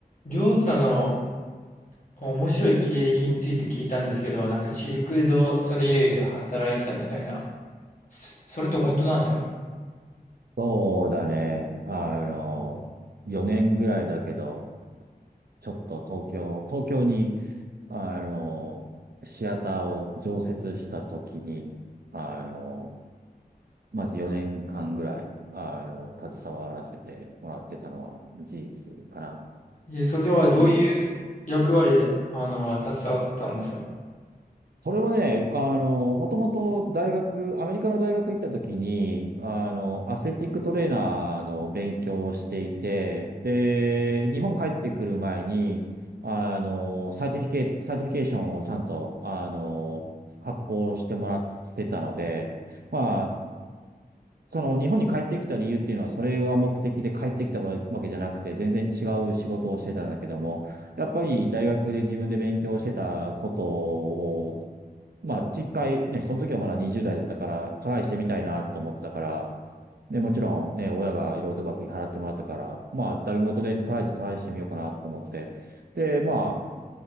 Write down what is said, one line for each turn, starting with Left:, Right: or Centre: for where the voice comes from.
Left: りょうさんの面白い経歴について聞いたんですけど、なんかシルク・ドゥ・ソレイユで働いてたみたいな、そそれって本当なんですか
Right: そうだね。あの、4年ぐらいだけど、ちょっと東京、東京に、あの、シアターを常設した時に、あの、まず4年間ぐらい、あの、携わらせてもらってたのは事実かな。
Left: え、それではどういう役割で、
Right: うん
Left: あの、携わったんですか
Right: それはね、あの、もともと大学、アメリカの大学行った時に、あの、アスレティックトレーナーの勉強をしていて、で、日本帰ってくる前に、あの、サイティフィケ、サーティフィケーションをちゃんと、あの、発行してもらってたので、まあ、その日本に帰ってきた理由っていうのは、それが目的で帰ってきたわけじゃなくて、全然違う仕事をしてたんだけども、やっぱり大学で自分で勉強してたことを、まあ、一回ね、その時はまだ20代だったから、トライしてみたいなと思ったから、ね、もちろんね、親がいろいろと学費払ってもらったから、まあ、ダメ元でとりあえずトライしてみようかなと思って。で、まあ、